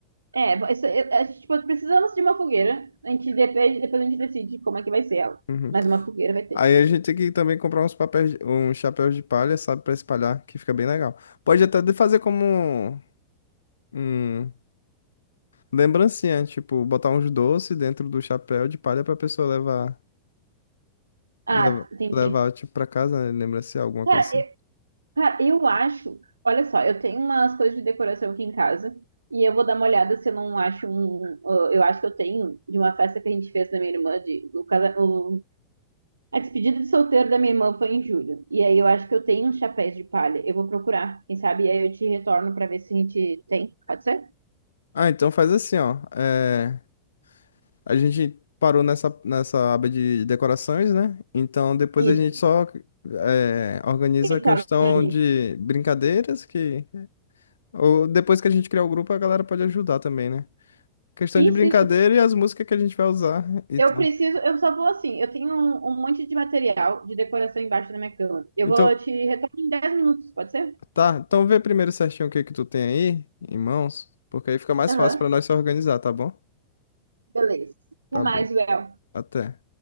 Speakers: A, on the right (about 75°); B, on the left (about 70°).
A: É, vo- isso- eu- a gente, tipo, precisamos de uma fogueira. A gente depende, depois a gente decide como é que vai ser ela.
B: Uhum.
A: Mas uma fogueira vai ter.
B: Aí a gente tem que também comprar uns papéis, de- uns chapéus de palha, sabe, pra espalhar, que fica bem legal. Pode até de- fazer como um, um lembrancinha, tipo, botar uns doces dentro do chapéu de palha pra pessoa levar,
A: Ah,
B: leva-
A: t- entendi.
B: levar, tipo, pra casa, né, lembrancinha, alguma
A: Cara,
B: coisa assim.
A: Cara, eu acho. Olha só, eu tenho umas coisas de decoração aqui em casa e eu vou dar uma olhada se eu não acho um. uh, Eu acho que eu tenho de uma festa que a gente fez da minha irmã, de, o, casa- o- a despedida de solteiro da minha irmã foi em julho. E aí eu acho que eu tenho uns chapéus de palha. Eu vou procurar, quem sabe? E aí eu te retorno pra ver se a gente tem. Pode ser?
B: Ah, então faz assim, ó. é, a gente parou nessa, nessa aba de decorações, né? Então depois
A: Isso.
B: a gente só é, organiza
A: Retorno
B: a questão
A: nisso.
B: de brincadeiras que Ou depois que a gente criar o grupo, a galera pode ajudar também, né? Questão
A: Isso,
B: de brincadeira
A: isso.
B: e as músicas que a gente vai usar e
A: Eu
B: tal.
A: preciso, eu só vou assim, eu tenho um, um monte de material de decoração embaixo da minha cama. Eu
B: Então,
A: vou te retorno em 10 minutos, pode ser?
B: tá. Então vê primeiro certinho o que que tu tem aí em mãos, porque aí fica mais
A: Aham.
B: fácil pra nós se organizar, tá bom?
A: Beleza.
B: Tá
A: Até mais,
B: bom.
A: Well.
B: Até.